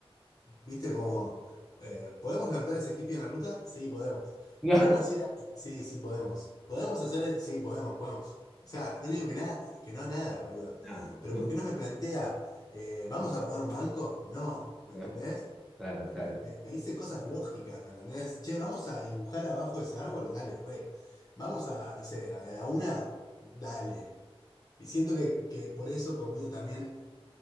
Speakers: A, on the left; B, in the centre.
A: ¿Viste como, eh, ¿podemos levantar ese hippie en la ruta? Sí, podemos.
B: <laughs>
A: ¿Podemos ir a...? Sí, sí, podemos. ¿Podemos hacer...? el- Sí, podemos, podemos. O sea, no le digo que nada, que no a nada, boludo.
B: No. Ah,
A: Pero
B: mm,
A: ¿por qué no me plantea, eh, ¿vamos a robar un banco? No, ¿me
B: no,
A: entendés?
B: Claro, claro.
A: Me, me- me dice cosas lógicas, ¿me entendés? Che, vamos a dibujar abajo de ese árbol, dale, re. Vamos a, no sé, a la laguna, dale. Y siento que, que por eso conmigo también,